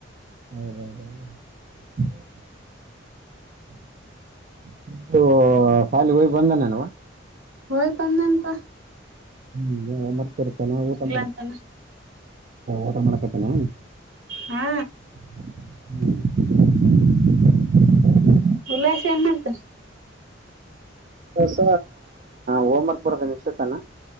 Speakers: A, on the right; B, on the right.
A: <unintelligible> ಸಾಲಿ ಹೋಗ್ ಬಂದಾನನವ?
B: ಹಯ್ ಬಂದಾನಪ್ಪಾ
A: ಹ್ಮ್ ಮಾಡತತನಾ ಊಟ ಮಾಡ
B: ಅಂತಾನ
A: ಊಟ ಮಾಡಕತನ?
B: ಹಾ
A: ಹ್ಮ್
B: ಉಲ್ಲಾಸ ಏನ್ ಮಾಡ್ತನ?
A: ಸ ಹೋಮವರ್ಕ್ ಬರದ ಇಷ್ಟತನಾ